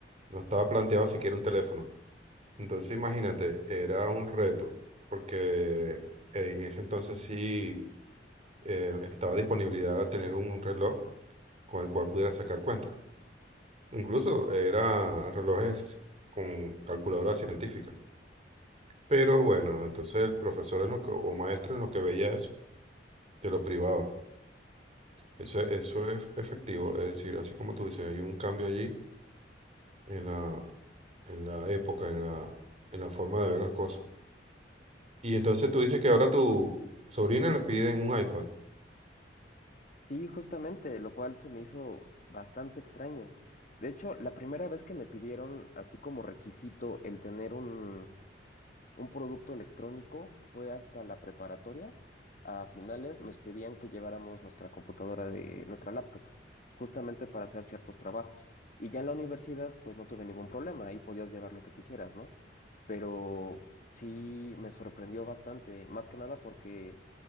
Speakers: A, on the right (about 35°); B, on the left (about 45°).
A: No estaba planteado siquiera un teléfono. Entonces imagínate, era un reto porque en ese entonces sí eh, estaba disponibilidad a tener un reloj con el cual pudiera sacar cuentas. Incluso era relojes con calculadora científica. Pero bueno, entonces el profesor en lo que, o maestro en lo que veía eso, te lo privaba. Eso, eso es efectivo, es decir, así como tú dices, hay un cambio allí en la, en la época, en la, en la forma de ver las cosas. Y entonces tú dices que ahora tu sobrina le piden un iPad.
B: Sí, justamente, lo cual se me hizo bastante extraño. De hecho, la primera vez que me pidieron así como requisito el tener un, un producto electrónico, fue hasta la preparatoria. A finales nos pedían que lleváramos nuestra computadora de nuestra laptop, justamente para hacer ciertos trabajos. Y ya en la universidad, pues no tuve ningún problema, ahí podías llevar lo que quisieras, ¿no? Pero sí me sorprendió bastante, más que nada porque